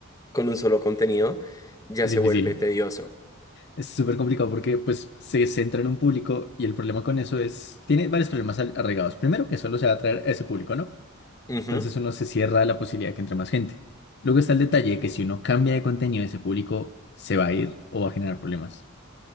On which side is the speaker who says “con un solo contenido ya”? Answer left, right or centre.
Left